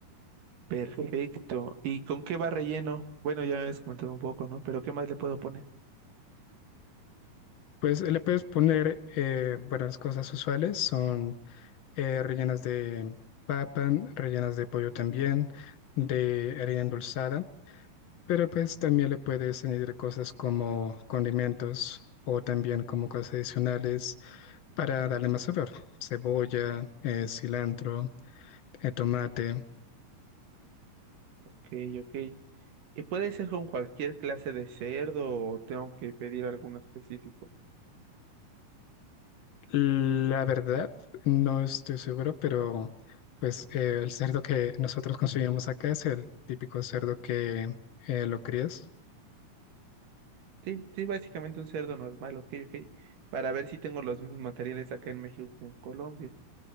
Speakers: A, on the right; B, on the left.
A: Perfecto. ¿Y con qué va relleno? Bueno, ya me habías comentado un poco, ¿no? Pero ¿qué más le puedo poner?
B: Pues le puedes poner, eh, bueno, las cosas usuales son eh, rellenas de papa, rellenas de pollo también, de harina endulzada, pero pues también le puedes añadir cosas como condimentos o también como cosas adicionales para darle más sabor, cebolla, eh, cilantro, eh, tomate.
A: Ok, ok. ¿Y puede ser con cualquier clase de cerdo o tengo que pedir alguno específico?
B: La verdad, no estoy seguro, pero pues eh, el cerdo que nosotros consumimos acá es el típico cerdo que eh, lo crías,
A: Sí, sí, básicamente un cerdo normal, ok, ok. Para ver si tengo los mismos materiales acá en México que en Colombia.